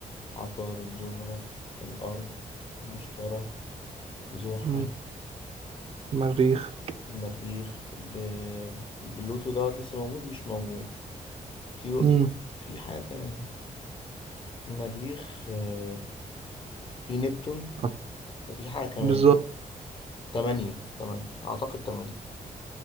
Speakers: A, on the left; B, on the right.
A: عطارد الزهرة الأرض المشتري زحل
B: امم مريخ
A: المريخ ب... بلوتو دوت لسه موجود مش موجود في
B: امم
A: في في حاجة كمان المريخ آه، في نبتون
B: عط-
A: وفي حاجة كمان
B: بالظبط
A: تمانية تمانية أعتقد تمانية